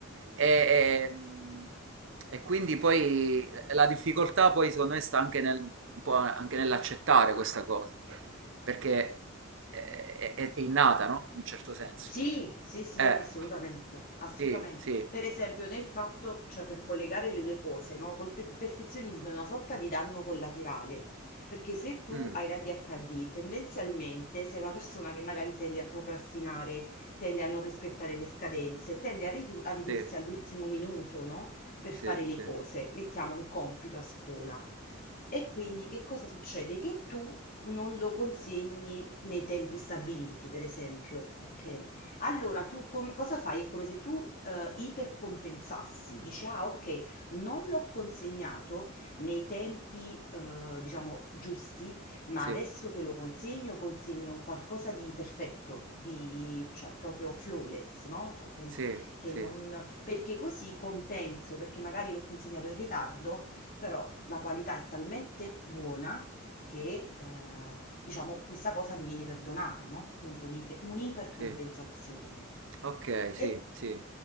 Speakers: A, on the right; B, on the left.
A: e, e, mh, e quindi poi la difficoltà poi secondo me sta anche nel- un po' anche nell'accettare questa cosa perché eh, è, è- è innata, no? In un certo senso.
B: Sì, sì, sì,
A: Eh,
B: assolutamente, assolutamente.
A: sì, sì.
B: Per esempio, nel fatto, cioè per collegare le due cose, no? Col per- il perfezionismo è una sorta di danno collaterale, perché se tu
A: Mm,
B: hai l'ADHD, tendenzialmente sei una persona che magari tende a procrastinare, tende a non rispettare le scadenze, tende a, ridu- a ridursi
A: sì,
B: all'ultimo minuto, no? Per
A: sì,
B: fare le
A: sì,
B: cose. Mettiamo un compito a scuola. E quindi che cosa succede? Che tu non lo consegni nei tempi stabiliti, per esempio, ok? Allora, tu com- cosa fai? È come se tu eh, ipercompensassi, dici, ah, ok, non l'ho consegnato nei tempi, eh, diciamo, giusti, ma
A: sì,
B: adesso che lo consegno, consegno qualcosa di perfetto, di, cioè proprio flawless, no? Cioè, com-
A: sì,
B: che
A: sì,
B: non- perché così compenso, perché magari l'ho consegnato in ritardo, però la qualità è talmente buona che... eh, diciamo, questa cosa mi viene perdonata, no? Appunto un'ipe- un'ipercompensazione.
A: sì. Ok, sì,
B: E
A: sì,